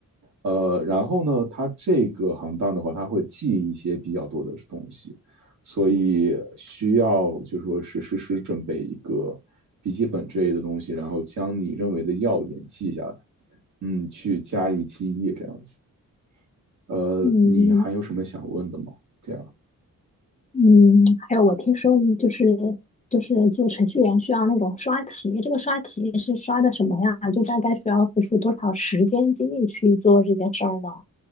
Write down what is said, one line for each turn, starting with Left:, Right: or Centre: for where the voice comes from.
Right: 呃，然后呢，它这个行当的话，它会记一些比较多的东西，所以需要就说是实时准备一个笔记本之类的东西，然后将你认为的要点记下来，嗯，去加以记忆这样子。呃，
Left: 嗯
Right: 你还有什么想问的吗？这样。
Left: 嗯，还有我听说你就是就是做程序员需要那种刷题，这个刷题是刷的什么呀？就大概需要付出多少时间精力去做这件事儿呢？